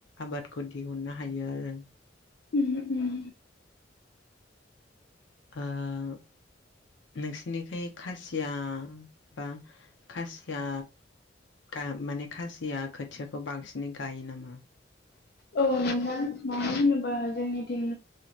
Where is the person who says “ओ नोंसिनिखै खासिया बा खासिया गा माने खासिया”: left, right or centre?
Left